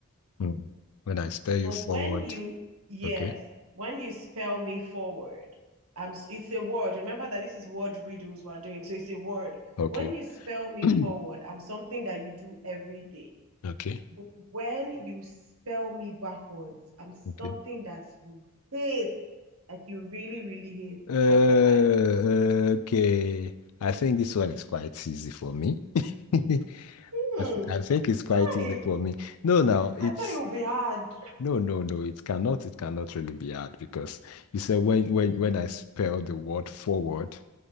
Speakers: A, on the left; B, on the right.
A: Hmm. When I spell you
B: But
A: forward,
B: when you yes,
A: okay,
B: when you spell me forward, um it's a word. Remember that this is word riddles we're doing. So it's a word.
A: okay,
B: When you spell me
A: <clears throat>
B: forward, I'm something that you do every day.
A: okay,
B: But when you spell me backwards, I'm something
A: okay.
B: that you hate, that you really, really hate.
A: Uh,
B: What am I?
A: okay. I think this one is quite easy for me. <laughs> I
B: Hmm.
A: I think it's quite easy
B: Hey,
A: for me. No, now it's
B: I thought it would be hard.
A: No, no, no, it cannot, it cannot really be hard because you said when when when I spell the word forward,